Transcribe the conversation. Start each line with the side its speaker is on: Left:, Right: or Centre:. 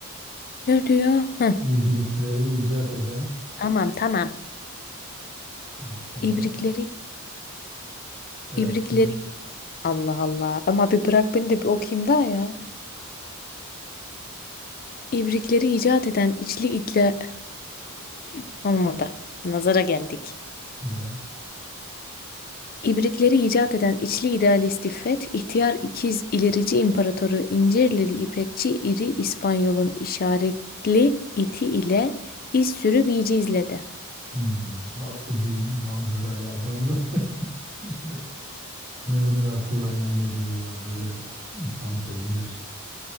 Left: Ne diyor? Hı,
Right: İbrikleri icat eden
Left: tamam tamam.
Right: e, sana
Left: İbrikleri
Right: evet
Left: ibrikleri
Right: din
Left: Allah Allah. Ama bir bırak beni de bir okuyayım daha ya. İbrikleri icat eden içli itle <clears throat> olmadı. Nazara geldik.
Right: ya.
Left: İbrikleri icat eden içli idealist İffet, ihtiyar ikiz ilerici imparatoru İncirlili İpekçi İri İspanyol'un işaretli iti ile iz sürü bici izledi.
Right: Hmm, nasıl bir manzara ya adamlar. <laughs> Nereden akıllarına geliyor ya böyle fanteziler